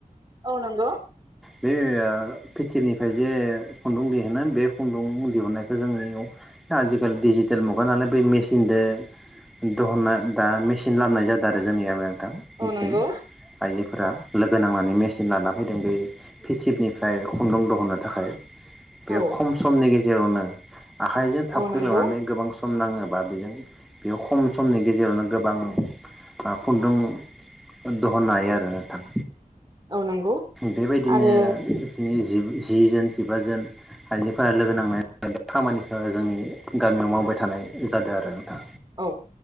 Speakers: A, on the right; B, in the centre.
A: औ नोंगौ।
B: बे फिटिरनिफ्राय जे, खुन्दुं दिहुनो बे खुन्दुं दिहुननायखौ जोंनियाव आजिखालि डिजिटेल मुगा नालाय बै मेचिनजों दिहुनना दा मेचिन लाबोनाय जादों आरो जोंनियाबो। दा मेचिन
A: औ नंगौ
B: आइजोफोरा लोगो नांनानै मेचिन लाना फैदों बै पिथिबनिफ्राय खुंन्दुं दहनो थाखाय। बे
A: औ
B: खम समनि गे जेरावनो <unintelligible> आखाइजों थावख्रि
A: औ नंगौ
B: लुनानै गोबां सम नाङोबा बेजों बेयाव खम समनि गेजेरावनो गोबां खुन्दुं दहननो हायो आरो नोंथां?
A: औ नंगौ।
B: बे बायदिनो
A: आरो
B: जोंनि जि जोन जिबा जोन आइजोफोरा लोगो नांनाय खामानिखौ जोंनि गामियाव मावबाय थानाय जादों आरो नोंथां।
A: औ